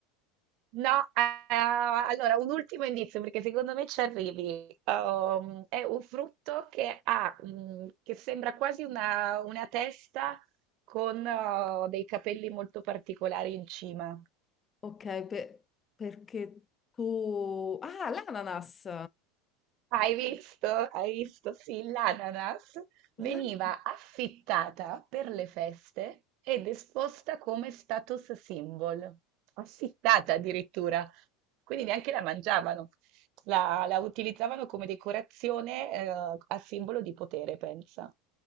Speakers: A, on the right; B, on the left.
A: No, eh, allora un ultimo indizio perché secondo me ci arrivi. Um, è un frutto che ha, mm, che sembra quasi una, una testa con oh, dei capelli molto particolari in cima.
B: Ok, per- perché tu... Ah, l'ananas!
A: Hai visto? Hai visto? Sì, l'ananas veniva
B: Ah,
A: affittata per le feste ed esposta come status symbol, affittata addirittura. Quindi neanche la mangiavano, la, la utilizzavano come decorazione, eh, a simbolo di potere, pensa.